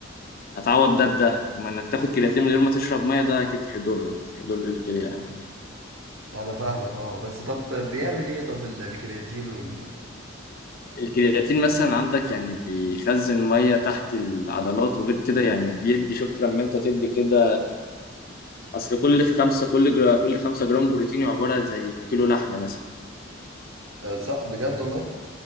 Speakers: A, on the left; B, on the right.
A: هتعوض ده بده اما انك تاخد كرياتين من غير ما تشرب ميه ده اكيد هيضرك هيضر الكلى
B: أنا فاهمك اه بس طب بيعمل ايه طب ال- الكرياتين وال
A: الكرياتين مثلا عندك يعني بيخزن ميه تحت العضلات وغير كده يعني بيدي شفت لما انت تدي كده اصل كل خمسه كل جرا كل خمسة جرام بروتين عباره زي كيلو لحمه مثلا
B: آه، صح بجد والله